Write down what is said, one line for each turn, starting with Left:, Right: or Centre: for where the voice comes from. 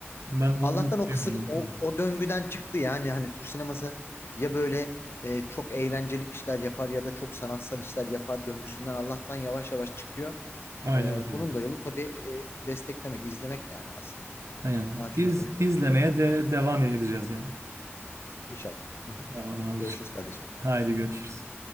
Right: Ben u-
Left: Allah'tan
Right: umutluyum.
Left: o kısır o,
Right: yani.
Left: o döngüden çıktı yani hani hani Türk sineması ya böyle e, çok eğlencelik işler yapar ya da çok sanatsal işler yapar döngüsünden Allah'tan yavaş yavaş çıkıyor.
Right: Aynen
Left: E,
Right: öyle.
Left: bunun da yolu tabii e, desteklemek, izlemek yani aslında.
Right: Aynen abi.
Left: Daha çok
Right: İz,
Left: izlemek gerekiyor.
Right: izlemeye de devam edeceğiz yani.
Left: İnşallah. Hı hı.
Right: Tamam abiciğim.
Left: Görüşürüz kardeşim.
Right: Haydi görüşürüz.